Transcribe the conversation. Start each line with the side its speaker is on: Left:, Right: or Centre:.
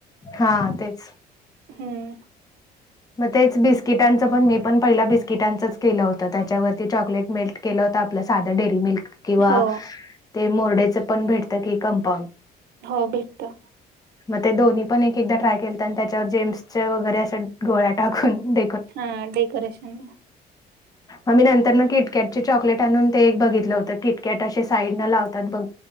Left: हा तेच.
Right: हम्म.
Left: मग तेच बिस्किटांचं पण मी पण पहिला बिस्किटांचंच केलं होतं. त्याच्यावरती चॉकलेट मिेल्क केलं होत आपलं साधं डेअरी मिल्क किंवा
Right: हो
Left: ते मोरडेच पण भेटत की कंपाांग.
Right: हो भेटत.
Left: मग ते दोन्ही पण एक एकदा ट्राय केलत आणि त्याच्यावर जेम्सचे वगैरे अस गोळ्या टाकून <inaudible>
Right: हा डेकोरेशन.
Left: आम्ही नंतर मग किटकॅटचे चॉकलेट आणून ते एक बघितलं होतं. किटकॅट असे साईड न लावतात बघ.